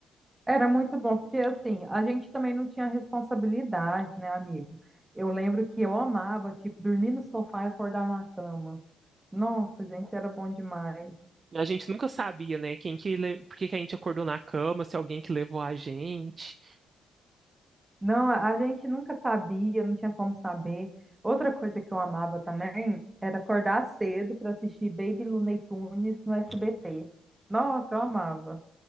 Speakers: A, on the right; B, on the right.
A: Era muito bom, porque assim, a gente também não tinha responsabilidade, né, amigo? Eu lembro que eu amava, tipo, dormir no sofá e acordar na cama. Nossa, gente, era bom demais.
B: A gente nunca sabia, né? Quem que, le- por que que a gente acordou na cama, se alguém que levou a gente.
A: Não, a a gente nunca sabia, não tinha como saber. Outra coisa que eu amava também era acordar cedo para assistir Baby Looney Tunes no SBT. Nossa, eu amava.